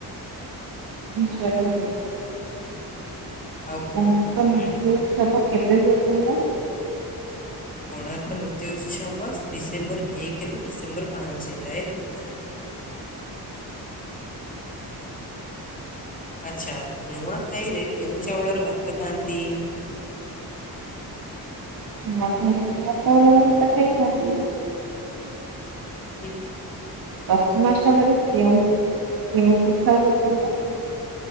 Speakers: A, on the right; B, on the left.
A: ଇଶର <inaudible>
B: ଆଉ
A: କୁମଙ୍କ
B: କୋ-
A: ନୃତ୍ୟୁ
B: ଉଁ,
A: ଉତ୍ସବ କେବେ ହୁଏ କହିଲ?
B: କୋଣାର୍କ ନୃତ୍ୟ ଉତ୍ସବ ଡିସେମ୍ବର ଏକେରୁ ଡିସେମ୍ବର ପାଞ୍ଚେ ଯାଏ ହୁଏ। ଆଚ୍ଛା। ନୂଆଖାଇରେ କେଉଁ ଚାଉଳର ଭାତ ଖାଆନ୍ତି?
A: ନୂଆଖାଇରେ ନୂଆ ଚାଉଳର ଭାତ ଖାଇଥାନ୍ତି।
B: ଠିକ
A: ପ୍ରଥମାଷ୍ଟମରେ କେଉଁ କେଉଁ ପିଠା ହୁଏ କହିଲ?